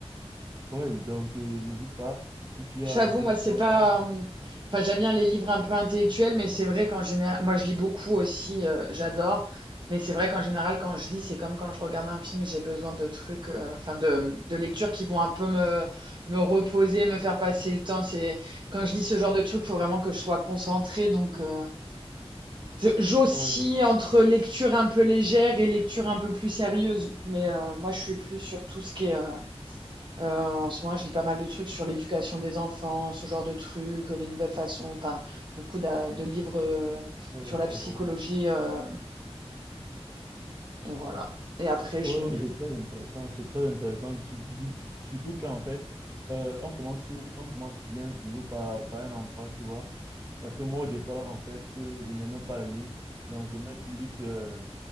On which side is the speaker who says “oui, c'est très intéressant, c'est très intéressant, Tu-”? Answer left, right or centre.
Right